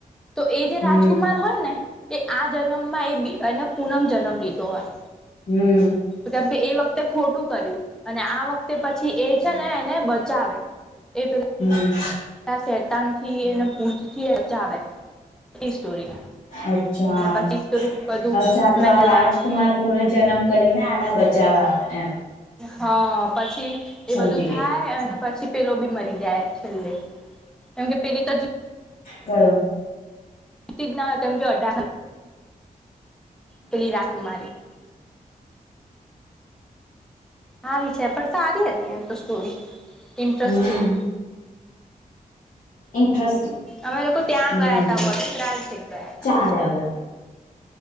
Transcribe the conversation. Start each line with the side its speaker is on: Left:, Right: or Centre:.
Centre: તો એ જે
Left: હમ
Centre: રાજકુમાર હોય ને એ આ જનમમાં એ બી એન પૂનમ જન્મ લીધો હોય.
Left: હમ હમ
Centre: કેમ કે એ વખતે ખોટું કર્યું અને આ વખતે પછી એ છે ને એને બચાવે. એ પેલા -
Left: હમ
Centre: ત શેતાનથી એને ભૂતથી બચાવે. એ સ્ટોરી <inaudible>
Left: અચ્છા-અચ્છા
Centre: અને પછી બધું
Left: તો
Centre: મહેલવાડીને
Left: આ રાજકુમાર પુનઃજન્મ કરીને આને બચાવવા આવે. એમ
Centre: હા હા. પછી
Left: સમજી
Centre: એ બધું
Left: ગઈ
Centre: થાય અને પછી પેલો બી મરી જાય. લે કેમ કે પેલી તો
Left: કયો?
Centre: જ ના તેમમ કે અઢાર પેલી રાજકુમારી હા વિ છે પડ સારી અતી એમ તો સ્ટોરી ઈન્ટ્રસ્ટિંગ.
Left: હમ ઇન્ટરેસ્ટિંગ
Centre: અમે લોકો ત્યાં
Left: હમ
Centre: ગયા તા વસ્ત્રાલ છેક ગયા તા
Left: ચાલે હવે